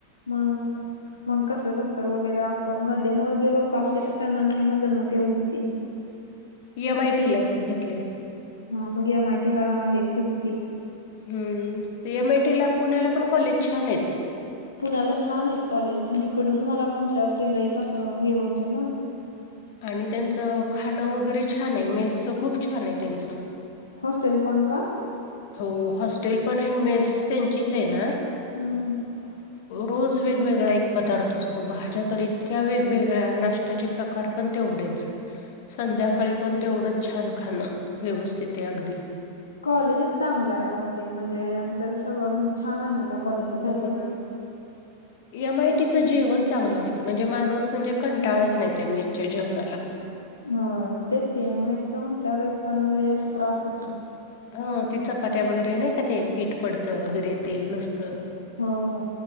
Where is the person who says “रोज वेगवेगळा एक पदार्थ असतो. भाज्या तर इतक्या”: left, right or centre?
Left